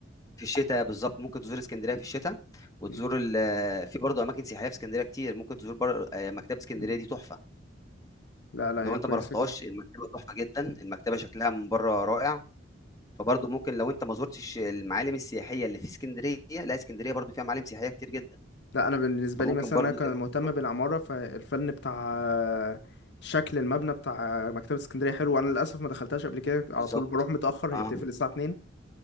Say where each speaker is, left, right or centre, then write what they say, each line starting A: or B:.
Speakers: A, on the left (about 20°); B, on the left (about 65°).
A: في الشتا بالضبط، ممكن تزور إسكندرية في الشتا وتزور
B: مم.
A: ال آه، في برضه أماكن سياحية في إسكندرية كتير، ممكن تزور بر آآ، مكتبة إسكندرية
B: مم.
A: دي تحفة،
B: لا لا
A: لو
B: هي
A: أنت
B: كويسه
A: ما رحتهاش
B: جدا
A: المكتبة تحفة جدًا، المكتبة شكلها من برّه رائع. فبرضه ممكن لو انت ما زرتش المعالم السياحيه اللي في اسكندريه لا اسكندريه برضه فيها معالم سياحيه كتير جدا
B: لا انا بالنسبه
A: فممكن
B: لي مثلا
A: برضه
B: انا كان
A: تقدر
B: مهتم
A: تزور
B: بالعماره فالفن بتاع آه، شكل المبنى بتاع مكتبه اسكندريه حلو انا للاسف ما دخلتهاش قبل كده على
A: بالظبط
B: طول بروح متاخر هي
A: اه
B: بتقفل الساعه 2